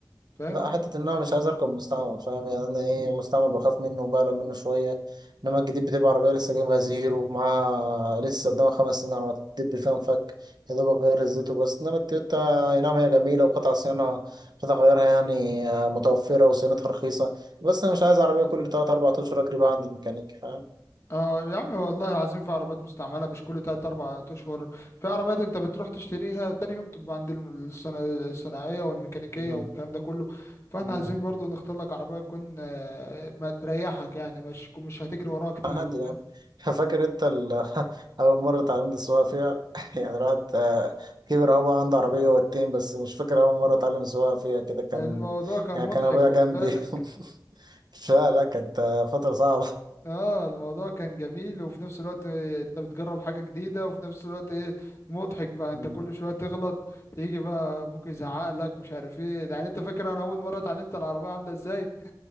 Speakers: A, on the left; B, on the right.
A: فاهم
B: لا حتة إن أنا مش عايز أركب مستعمل فاهم يعني أنا إيه مستعمل بخاف منه وبقلق منه شوية إنما الجديد بتبقى عربية لسه جايبها زيرو ومعاها لسه قدامها خمس سنين على ما تدب فيها مفك يا دوبك غير الزيت وبس إنما التويوتا أي نعم هي جميلة وقطع صيانة قطع غيارها يعني آه، متوفرة وصيانتها رخيصة بس أنا مش عايز عربية كل تلات أربع أشهر أجري بقى عند الميكانيكي فاهم
A: اه يا عم والله عايزين في عربيات مستعملة مش كل تلات أربع أشهر في عربيات أنت بتروح تشتريها تاني يوم تبقى عند الم- الصنا- الصناعية والميكانيكية
B: مم.
A: والكلام ده كله فاحنا
B: مم.
A: عايزين برضو نختار لك عربية تكون آه، ما تريحك يعني مش مش هتجري وراها كتير
B: عادي
A: فاهم؟
B: يعني <laughs> فاكر انت ال- <laughs> اول مره اتعلمت السواقه فيها <laughs> يعني الواحد آه، كبر اهو بقى عنده عربيه واتنين بس مش فاكر اول مره اتعلم السواقه فيها كده كان
A: الموضوع كان
B: يعني
A: مضحك
B: كان ابويا
A: خد
B: جنبي
A: بالك
B: <laughs> لا لا كانت آه، فتره صعبه
A: اه الموضوع كان جميل وفي نفس الوقت آه، انت بتجرب حاجة جديدة وفي نفس الوقت ايه مضحك بقى انت
B: <laughs> مم.
A: كل شوية تغلط يجي بقى ابوك يزعق لك مش عارف ايه يعني انت فاكر انا اول مرة اتعلمت العربية عاملة ازاي